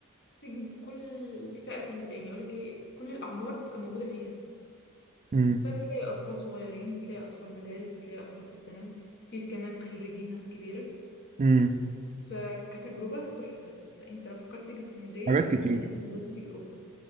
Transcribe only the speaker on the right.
امم
امم
حاجات
كتير